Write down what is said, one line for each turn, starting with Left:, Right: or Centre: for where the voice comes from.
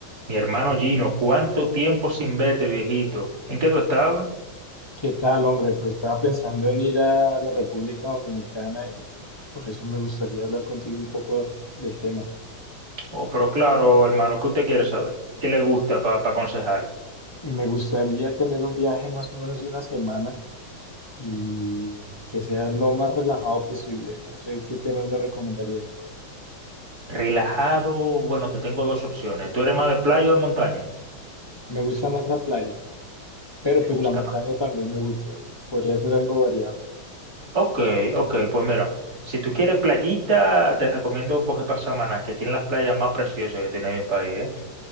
Right: Mi hermano Gino, ¿cuánto tiempo sin verte, viejito? ¿En qué tú estabas?
Left: ¿Qué tal, hombre? Pues estaba pensando en ir a la República Dominicana y por eso me gustaría hablar contigo un poco del tema.
Right: Oh, pero claro, hermano, ¿qué usted quiere saber? ¿Qué le gusta para aconsejarle?
Left: Me gustaría tener un viaje más o menos de una semana y que sea lo más relajado posible. No sé qué temas me recomendarías.
Right: Relajado, bueno, te tengo dos opciones. ¿Tú eres más de playa o de montaña?
Left: Me gusta más la playa, pero
Right: ¿Te
Left: pues
Right: gusta
Left: la montaña
Right: más?
Left: también me gusta. Podría ser algo variado.
Right: Ok, ok, pues mira, si tú quieres playita, te recomiendo coger para Samaná, que tiene las playas más preciosas que tiene mi país, ¿eh?